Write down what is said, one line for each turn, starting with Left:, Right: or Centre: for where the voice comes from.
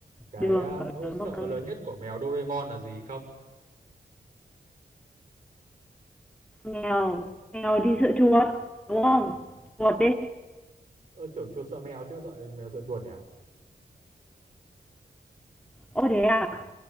Right: cái
Centre: được,
Right: ờ,
Centre: cậu
Right: nỗi
Centre: đố
Right: sợ
Centre: một câu
Right: lớn nhất của mèo Doraemon là gì không
Centre: mèo mèo đi sợ chuột đúng không chuột đi
Right: ờ, tưởng chuột sợ mèo chứ sợ mèo sợ chuột
Centre: ô thế à